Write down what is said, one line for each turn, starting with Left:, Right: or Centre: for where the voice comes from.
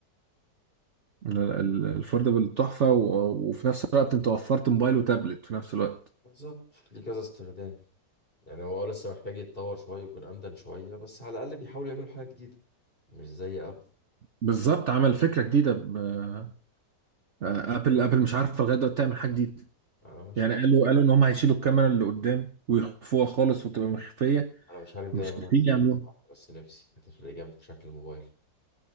Right: الفوردبل تحفة و- وفي نفس الوقت انت وفرت موبايل وتابلت في نفس الوقت
Left: بالظبط ليه كذا استخدام يعني هو آه لسه محتاج يتطور شويه ويكون امدن شويه بس على الاقل بيحاولوا يعملوا حاجه جديده مش زي قبل
Right: بالظبط عمل فكرة جديدة ب- آه، ابل ابل مش عارفة لغاية دلوقتي تعمل حاجة جديدة
Left: انا مش
Right: يعني
Left: عارف
Right: قالوا قالوا ان هم هيشيلوا الكاميرا اللي قدام ويخفوها خالص وتبقى مخفية
Left: انا مش عارف ده
Right: مش
Left: يعملوها
Right: عارفين
Left: ازاي
Right: يعملوها
Left: بصراحة، بس نفسي هتفرق جامد في شكل الموبايل